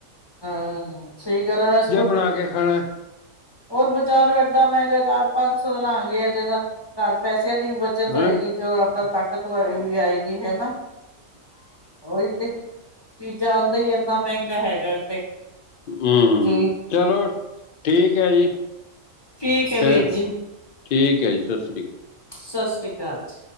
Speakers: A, on the left (about 25°); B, on the left (about 60°).
A: ਹਾਂ, ਸਹੀ ਗੱਲ ਏ ਵੈਸੇ ਤੋਂ
B: ਬਣਾ ਕੇ ਖਾਣਾ ਹੈ
A: ਹੋਰ ਬਜ਼ਾਰੋਂ ਏਡਾ ਮਹਿੰਗਾ ਚਾਰ ਪੰਜ ਸੌ ਦਾ ਲਾਂਗੇ। ਇਹਦੇ ਨਾਲ ਘਰ ਪੈਸੇ ਬੱਚਿਆਂ ਦੀ ਵੀ ਬੱਚਤ ਹੋਏਗੀ।
B: ਹੈਂ?
A: 'ਤੇ ਉਹ ਆਪਣਾ ਤਾਕਤ ਵ ਵੀ ਆਏਗੀ ਹਨਾ। ਉਹੀ 'ਤੇ ਚੀਜ਼ਾਂ ਆਉਂਦਾ ਹੀ ਇਨ੍ਹਾਂ ਮਹਿੰਗਾ ਹੈਗਾ। 'ਤੇ
B: ਹੂੰ।
A: ਜੀ
B: ਚਲੋ ਠੀਕ ਹੈ। ਜੀ
A: ਠੀਕ ਹੈ
B: ਫਿਰ
A: ਵੀਰ ਜੀ
B: ਠੀਕ ਹੈ। ਜੀ ਸਤ
A: ਸਤਿ ਸ਼੍ਰੀ ਅਕਾਲ ਜੀ।